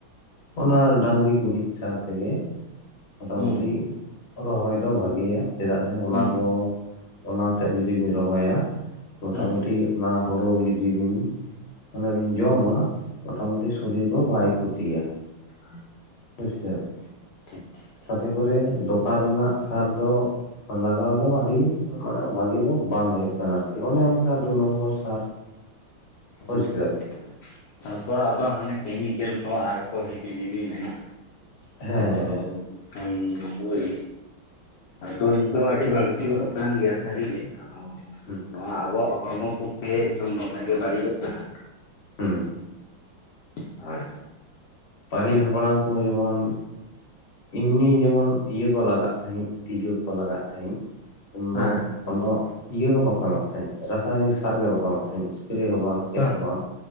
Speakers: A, on the left; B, on the left.
A: ᱚᱱᱟ ᱰᱟᱝᱨᱤ ᱜᱩᱨᱤᱡ ᱥᱟᱨ ᱛᱮᱜᱮ ᱢᱳᱴᱟᱢᱩᱴᱤ
B: ᱦᱩᱸ
A: ᱨᱚᱦᱚᱭ ᱫᱚ ᱵᱷᱟᱜᱮᱭᱟ ᱪᱮᱫᱟᱜ ᱥᱮ ᱚᱱᱟ
B: ᱦᱩᱸ ᱦᱩᱸ
A: ᱠᱚ ᱚᱱᱟ ᱛᱮᱜ ᱡᱩᱫᱤᱵᱤᱱ ᱨᱚᱦᱚᱭᱟ, ᱢᱚᱴᱟᱢᱩᱴᱤ
B: ᱦᱩᱸ
A: ᱚᱱᱟ ᱦᱳᱲᱳ ᱡᱩᱫᱤ ᱵᱤᱱ ᱚᱱᱟ ᱵᱤᱱ ᱡᱚᱢᱟ ᱢᱚᱴᱟᱢᱩᱴᱤ ᱥᱚᱨᱤᱨ ᱫᱚ ᱵᱟᱭ ᱠᱷᱚᱛᱤᱭᱟ ᱾
B: ᱟᱨ
A: ᱵᱩᱡ <unintelligible>
B: ᱴᱷᱤᱠ ᱴᱷᱤᱠ᱾
A: ᱛᱟᱛᱮ ᱠᱚᱨᱮ ᱫᱚᱠᱟᱱ ᱨᱮᱱᱟᱜ ᱥᱟᱨ ᱫᱚ ᱞᱟᱜᱟᱣ ᱫᱚ ᱟᱹᱰᱤ ᱢᱟᱱᱮ ᱵᱷᱟᱹᱜᱤ ᱫᱚ ᱵᱟᱝ ᱦᱩᱭᱩᱜ ᱠᱟᱱᱟ ᱟᱨᱠᱤ ᱚᱱᱮ ᱚᱱᱠᱟ ᱫᱩ ᱱᱚᱢᱵᱚᱨ ᱥᱟᱨ
B: ᱦᱩᱸ
A: ᱵᱩᱡᱽ ᱠᱮᱫᱟᱵᱤᱱ
B: ᱦᱩᱸ᱾ ᱛᱟᱨᱯᱚᱨ ᱟᱫᱚ ᱦᱟᱸᱱᱮ ᱠᱮᱢᱤᱠᱮᱞ ᱠᱚ ᱟᱨ ᱠᱚ ᱦᱮᱵᱤ ᱡᱤᱵᱤ ᱢᱮᱱᱟᱜᱼᱟ᱾
A: ᱦᱮᱸ
B: ᱟᱫᱚ ᱦᱟᱸᱜ ᱠᱷᱟᱱ ᱦᱳᱭ ᱨᱳᱜ ᱫᱚ ᱟᱹᱰᱤ ᱵᱟᱲ ᱛᱤ ᱜᱚᱫᱚᱜ ᱠᱟᱱ ᱜᱮᱭᱟ ᱥᱟᱹᱨᱤᱜᱮ ᱟᱫᱚ
A: ᱦᱩᱸ
B: ᱱᱚᱣᱟ ᱟᱵᱚᱣᱟᱜ ᱦᱚᱲᱢᱚ ᱯᱚᱠᱠᱷᱮ ᱮᱠᱫᱚᱢ ᱫᱚᱢᱮ ᱜᱮ ᱵᱟᱹᱲᱤᱡᱚᱜ ᱠᱟᱱᱟ,
A: ᱦᱩᱸ᱾
B: ᱦᱳᱭ᱾
A: ᱯᱟᱹᱦᱤᱞ ᱦᱟᱯᱲᱟᱢ ᱠᱚ ᱡᱮᱢᱚᱱ ᱮᱢᱱᱤ ᱡᱮᱢᱚᱱ ᱤᱭᱟᱹ ᱠᱚ ᱞᱟᱜᱟᱜ ᱛᱟᱦᱮᱸᱜ ᱛᱤᱡᱩ ᱠᱚ ᱞᱟᱜᱟᱜ ᱛᱟᱦᱮᱸᱜ, ᱩᱱᱫᱚ
B: ᱦᱮᱸ
A: ᱠᱱᱚ ᱤᱭᱟᱹ ᱦᱚᱸ ᱵᱟᱠᱚ ᱮᱢᱟᱜ ᱛᱟᱦᱮᱸᱡ ᱨᱟᱥᱟᱭᱱᱤᱠ ᱥᱟᱨ ᱜᱮ ᱵᱟᱠᱚ ᱮᱢᱟᱜ ᱛᱟᱦᱮᱸᱡ ᱥᱥᱯᱨᱮ ᱦᱚᱸ ᱵᱟᱝ, ᱪᱮᱫ
B: ᱦᱮᱸ ᱦᱩᱸ
A: ᱦᱚᱸ ᱵᱟᱝ